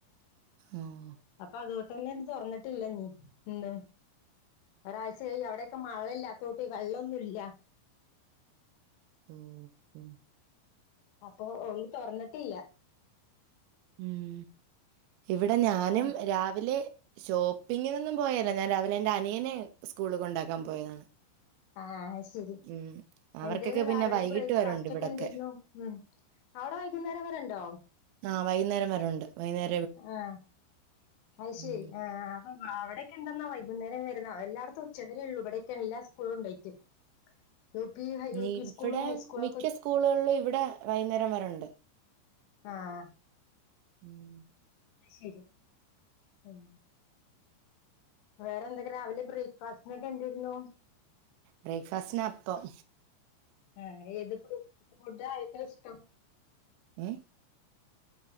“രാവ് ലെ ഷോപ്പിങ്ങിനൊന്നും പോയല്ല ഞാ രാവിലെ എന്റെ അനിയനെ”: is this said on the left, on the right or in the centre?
Right